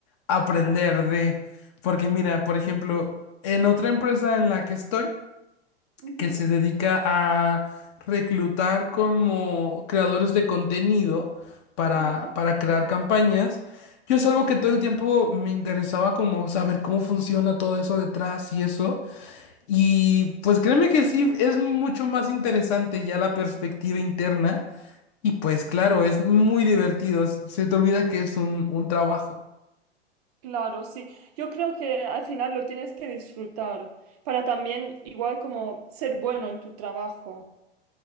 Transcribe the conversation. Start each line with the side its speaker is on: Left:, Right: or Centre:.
Left: aprender de, porque mira, por ejemplo, en otra empresa en la que estoy,
Right: ujú,
Left: que se dedica a reclutar como creadores de contenido para,
Right: Ajá.
Left: para crear campañas, yo es algo que todo el tiempo me interesaba como saber cómo funciona todo eso detrás y eso, y pues créeme que sí, es mucho más interesante ya la perspectiva interna. Y pues claro, es muy divertido, se te olvida que es un, un trabajo.
Right: Claro, sí. Yo creo que al final lo tienes que disfrutar para también igual como ser bueno en tu trabajo.